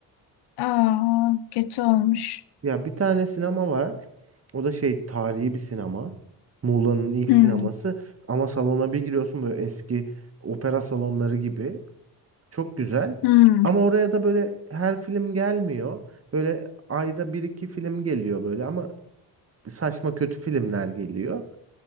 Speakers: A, on the left; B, on the right.
A: Aa, kötü olmuş.
B: Ya bir tane sinema var. O da şey tarihi bir sinema. Muğla'nın ilk
A: Hmm.
B: sineması. Ama salona bir giriyorsun böyle eski opera salonları gibi. Çok güzel.
A: Hmm.
B: Ama oraya da böyle her film gelmiyor. Böyle ayda bir iki film geliyor böyle ama saçma kötü filmler geliyor.